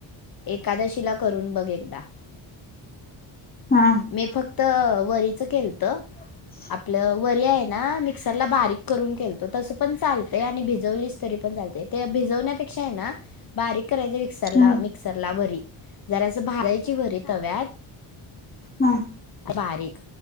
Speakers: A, on the left; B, on the left.
A: एकादशीला करून बघ एकदा
B: हा
A: मी फक्त वरीचं केलंत.
B: <inaudible>
A: आपलं वरी आहे ना मिक्सरला बारीक करून केलतो, तसं पण चालतंय आणि भिजवलीच तरी पण चालतंय त्या भिजवण्यापेक्षा आहे ना बारीक करायचं मिक्सरला-मिक्सरला
B: हा
A: वरी जरासं भाजायची वरी तव्यात
B: हम्म
A: बारीक